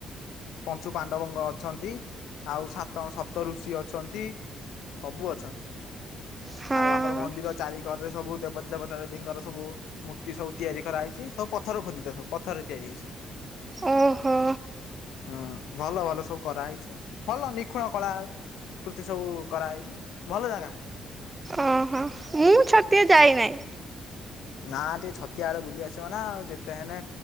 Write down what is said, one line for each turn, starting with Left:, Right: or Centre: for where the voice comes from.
Left: ପଞ୍ଚୁ ପାଣ୍ଡବଙ୍ଗ ଅଛନ୍ତି ଆଉ ସାତ ସପତ ଋଷି ଅଛନ୍ତି। ସବୁ ଅଛନ୍ତି।
Right: ହଁ
Left: ଆଉ ଆମର ମନ୍ଦିର ଚାରିିକରରେ ସବୁ- - ଦେବତା ଦେବୀଙ୍କର ସବୁ ମୂର୍ତ୍ତି ସବୁ ତିଆରି କରାହେଇଛି ସବୁ ପଥର ଖୋଦିତ ସବୁ ପଥରରେ ତିଆରି ହେଇଚି।
Right: ଓହୋ
Left: ହୁଁ ଭଲ ଭଲ ସବୁ କରାହେଇଚି ଭଲ ନିଖୁଣ କଳା କୃତି ସବୁ କରାହେଇଚି ଭଲ ଜାଗା।
Right: ଓହୋ ମୁଁ ଛତିଆ ଯାଇ ନାହିଁ।
Left: ନାଁ ଟିକେ ଛତିଆ ଆଡେ ବୁଲି ଆସ୍ ଆସିବ ନାଆଉ ଯେତେ ହେଲେ